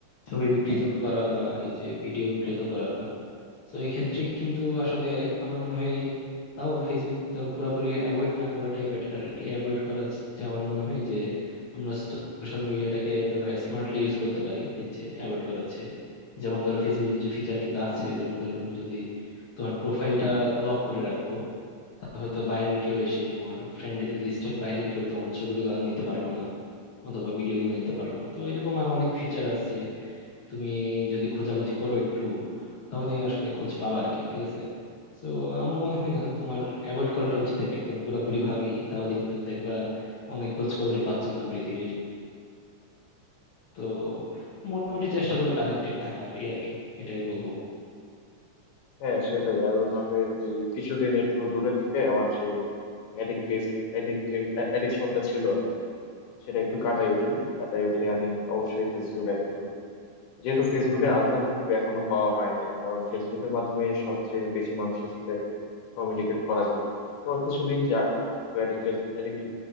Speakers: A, on the left (about 60°); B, on the left (about 80°).
A: ছবি বিকৃত করা বা এই যে ভিডিও বিকৃত করা তো এই ক্ষেত্রে কিন্তু আসলে আমার মনে হয় তাও ফেসবুক ধরো পুরোপুরি অ্যাভয়েড না করাটাই বেটার আর কি অ্যাভয়েড করা হচ্ছে আমার মনে হয় যে আমরা সোশ্যাল মিডিয়াটাকে ধরো স্মার্টলি ইউজ করতে পারি এর চেয়ে অ্যাভয়েড করাচ্ছে যেমন ধরো ফেসবুকে কিছু ফিচার কিন্তু আছে যেমন ধরো তুমি যদি তোমার প্রোফাইলটা লক করে রাখো তা হয়তো বাইরের কেউ এসে তোমার ফ্রেন্ডের লিস্টের বাইরের কেউ তোমার ছবিগুলো নিতে পারলো না অথবা ভিডিওগুলো নিতে পারলো না তো এরকম আরো অনেক ফিচার আছে তুমি যদি খোঁজাখুঁজি করো একটু তাহলে আসলে খোঁজ পাবা আর কি ঠিক আছে তো আমার মনে হয় না তোমার অ্যাভয়েড করাটা উচিত আর কি একদম পুরাপুরি ভাবেই তাহলে কিন্তু দেখবা অনেক খোঁজ খবরই পাচ্ছ না পৃথিবীর তো মোটামুটি চেষ্টা করো কানেক্টেড থাকার এই আর কি এটাই বলবো
B: হ্যাঁ সেটাই আমি তোমাকে ওই কিছুদিন একটু দূরে থেকে আমার যে অ্যাডিক্টিভ অ্যাডিক্টিভ অ্যাডিকশনটা ছিল আর কি সেটা একটু কাটাই উঠি কাটাই উঠে আমি অবশ্যই ফেসবুক ব্যাক করবো যেহেতু ফেসবুকের
A: হুম,
B: অল্টারনেটিভ এখনো পাওয়া হয় নাই কারণ ফেসবুকের মাধ্যমে সবচেয়ে বেশি মানুষের সাথে কমিউনিকেট করা যায় তো আর কিছুদিন যাক একটু অ্যাডিক্টেড অ্যাডিক্টেড